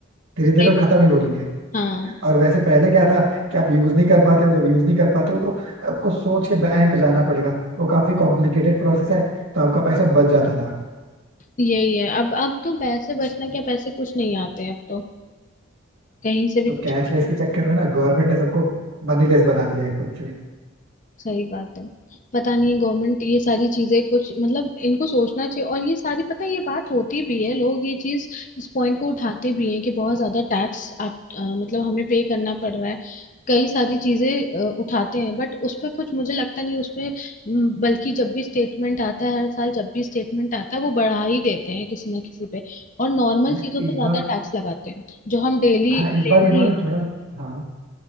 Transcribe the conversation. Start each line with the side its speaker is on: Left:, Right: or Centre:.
Right: धीरे धीरे
Left: नहीं
Right: वो खत्म ही हो रही है
Left: हाँ
Right: और वैसे पहले क्या था कि आप यूज नहीं कर पाते हो जब यूज नहीं कर पाते हो तो आपको सोच के बैंक जाना पड़ेगा वो काफी कॉम्प्लिकेटेड प्रोसेस है तो आपका पैसा बच जाता था
Left: यही है अब अब तो पैसे बचना क्या पैसे कुछ नहीं आते हैं अब तो कहीं से भी
Right: तो
Left: कुछ
Right: कैशलेस
Left: नहीं
Right: के चक्कर में ना गवर्नमेंट ने सबको मनीलेस बना दिया एकदम से
Left: सही बात है पता नहीं गवर्नमेंट ये सारी चीजें कुछ मतलब इनको सोचना चाहिए और ये सारी पता है ये बात होती भी है लोग ये चीज इस पॉइंट को उठाते भी हैं कि बहुत ज्यादा टैक्स आप अ, मतलब हमें पे करना पड़ रहा है कई सारी चीजें अ, उठाते हैं बट उस पे कुछ मुझे लगता नहीं उस पे म, बल्कि जब भी स्टेटमेंट आता है हर साल जब भी स्टेटमेंट आता है वो बढ़ा ही देते हैं किसी ना किसी पे और नॉर्मल
Right: हाँ,
Left: चीजों पे
Right: इस
Left: ज्यादा
Right: बार
Left: टैक्स लगाते हैं जो हम डेली
Right: हाँ इस
Left: लेने
Right: बार इन्होंने थोड़ा हाँ